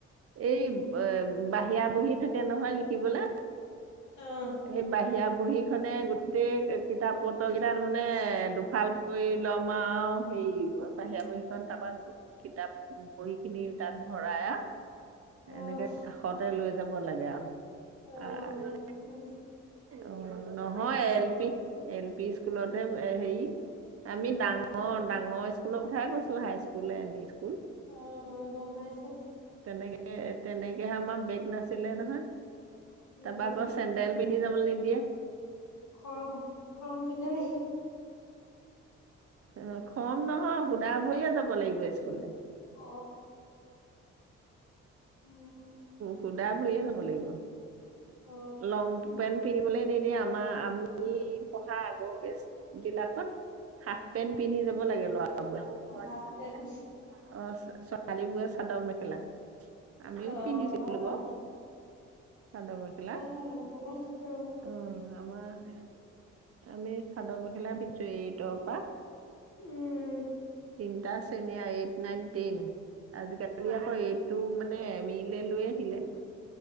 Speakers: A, on the right; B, on the left.
A: এই
B: উম
A: এ বাহিৰা বহী থাকে নহয় লিখিবলে,
B: আহ
A: সেই বাহিৰা বহী খনে গ গোটেই কিতাপ পত্ৰ কেইটাৰ ত মানে দুফাল কৰি ল'ম তোমাৰ হেৰি বাহিৰা বহীখন তাৰপা কিতাপ বহি খিনি তাত ভৰাই
B: আহ
A: এনেকে কাষতে লৈ যাব লাগে
B: আহ
A: আৰু
B: গম পাইছো
A: উ নহয় এল পি এল পি স্কুলতহে হেৰি আমি ডাঙৰ
B: উম
A: ডাঙৰ স্কুলৰ কথাই কৈছো high school M E school
B: অ অ গম পাইছোঁ।
A: তেনেকে তেনেকেহে আমাৰ বেগ নাছিলে নহয়
B: উম
A: তাৰপৰা আকৌ চেডেল পিন্ধি যাবলে নিদিয়ে।
B: খৰম খৰম পিন্ধে নে?
A: উ খৰম নহয় সুধা ভৰিয়ে যাব লাগিব স্কুললে।
B: অ উম
A: শুদা ভৰিয়ে যাব লাগিব।
B: অ
A: লং পেন্ট পিন্ধিবলৈ নিদিয়ে আমাৰ আমি পঢ়া আগৰ বেষ্ট বিলাকত হাফ পেন্ট পিন্ধি যাব লাগে লৰাবোৰে অ
B: হাফ পেন্ট
A: ছোৱালী বোৰে চাদৰ মেখেলা আমিও
B: অ
A: পিন্ধিছিলো
B: হয়
A: বাৰু
B: সেইটো।
A: চাদৰ মেখেলা।
B: ভালমে খালা উম <unintelligible>
A: উ আমাৰ আমি চাদৰ মেখেলা পিন্ধিছোঁ এই তৰ পৰা
B: উম
A: তিনিটা শ্ৰেণী আ এইট নাইন টেন। আজিকালি আকৌ এইটটো মানে এম ইলে লৈ আহিলে